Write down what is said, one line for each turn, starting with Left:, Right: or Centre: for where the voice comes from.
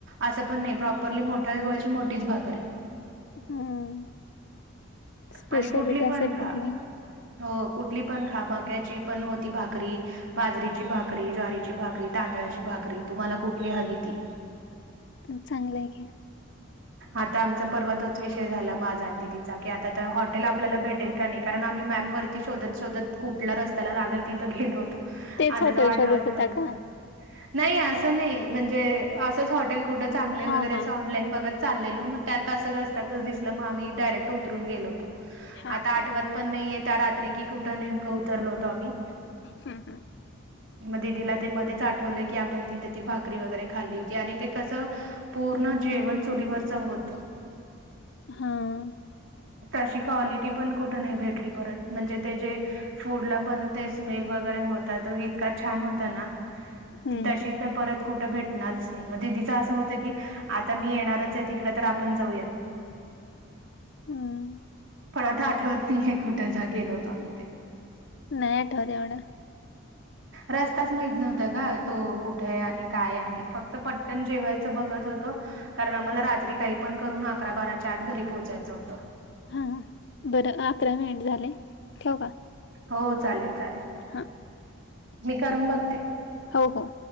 Right: असं पण नाही. प्रॉपरली मोठ्या गोळ्याची मोठीच भाकरी.
Left: हं. स्पेशलिटी
Right: आणि कुठली
Left: असेल
Right: पण खा.
Left: तिथली.
Right: हो. कुठली पण खा. मक्याची पण होती भाकरी, बाजरीची भाकरी, ज्वारीची भाकरी, तांदळाची भाकरी तुम्हाला कुठली हवी ती.
Left: म चांगलं आहे की.
Right: आता आमचा परवा तोच विषय झाला, माझा अन दिदीचा की आता ते हॉटेल आपल्याला भेटेल का नाही? कारण आम्ही मॅप वरती शोधत शोधत कुठला रस्त्याला लागेल तिथं गेलो होतो.
Left: तेच
Right: आता
Left: हॉटेल
Right: तो आठवत
Left: शोधत होता
Right: पण नाही.
Left: का
Right: नाही असं नाही. म्हणजे असंच हॉटेल कुठं चांगलं
Left: हा
Right: वगैरे
Left: हा
Right: असं ऑनलाईन बघत चाललेलो. मग त्यात असं रस्त्यातच दिसलं. मग आम्ही डायरेक्ट उतरून गेलो होतो.
Left: हा
Right: आता
Left: हा
Right: आठवत पण नाहीये त्या रात्री की कुठं नेमकं उतरल होतं आम्ही?
Left: हं हं.
Right: म दिदीला ते मध्ये च आठवलं की आपण तिथे ती भाकरी वगैरे खाल्ली होती. आणि ते कसं पूर्ण जेवण चुलीवरच होत.
Left: हां.
Right: तशी क्वालिटी पण कुठे नाही भेटली परत. म्हणजे ते जे फूड ला पण ते स्मेल वगैरे होत, तो इतका छान होता ना,
Left: हम्म
Right: की तशी त परत कुठं भेटणारच नाही. मग दिदीच असं होतं की आता मी येणारच आहे तिकडे तर आपण जाऊयात.
Left: हं.
Right: पण आता आठवत नाहीये कुठे जा गेलो होतो आम्ही ते.
Left: नाही आठवत एवढं.
Right: रस्ताच माहीत नव्हता ग. तो कुठय आणि काय आम्ही? फक्त पटकन जेवायचं बघत होतो. कारण आम्हाला रात्री काही पण करून अकरा बाराच्या आत घरी पोहोचायचं होतं.
Left: हां, बरं अकरा मिनिट झाले. ठेवू का?
Right: हो चालेल चालेल.
Left: हं.
Right: मी करून बघते.
Left: हो हो.